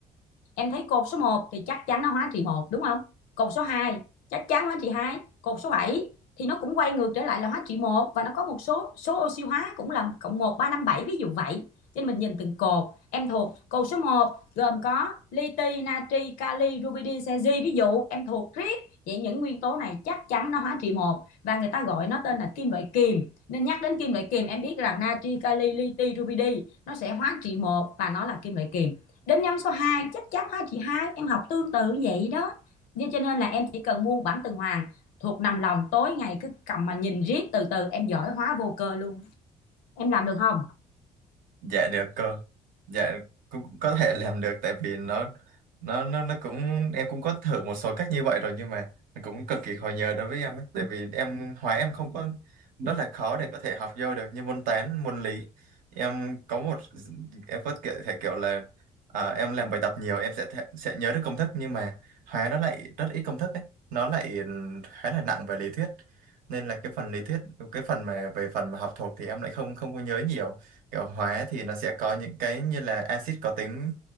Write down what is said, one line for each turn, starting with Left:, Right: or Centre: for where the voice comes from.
Left: em thấy cột số một thì chắc chắn nó hóa trị một đúng không cột số 2 chắc chắn hóa trị 2, cột số 7 thì nó cũng quay ngược trở lại là hóa trị một và nó có một số số oxy hóa cũng là cộng một ba năm 7 ví dụ vậy cho nên mình nhìn từng cột em thuộc cột số một gồm có li ti natri kali rubidi cesi ví dụ em thuộc riết vậy những nguyên tố này chắc chắn nó hóa trị một và người ta gọi nó tên là kim loại kiềm nên nhắc đến kim loại kiềm em biết rằng natri kali li ti rubidi nó sẽ hóa trị một và nó là kim loại kiềm đếm nhăm số 2 chắc chắn hai chị hai em học tương tự vậy đó nên cho nên là em chỉ cần muôn bản tuần hoàn thuộc nằm lòng tối ngày cứ cầm mà nhìn riết từ từ em giỏi hóa vô cơ luôn em làm được không
Right: dạ được cô dạ cũng có thể làm được tại vì nó nó nó nó cũng em cũng có thử một số cách như vậy rồi nhưng mà nó cũng cực kỳ khó nhớ đối với em ấy tại vì em hóa em không có rất là khó để có thể học vô được như môn toán môn lý em có một em có kiểu thể kiểu là à, em làm bài tập nhiều em sẽ thể, sẽ nhớ được công thức nhưng mà hóa nó lại rất ít công thức ấy nó lại khá là nặng về lý thuyết nên là cái phần lý thuyết cái phần mà về phần mà học thuộc thì em lại không không có nhớ nhiều kiểu hóa thì nó sẽ có những cái như là axit có tính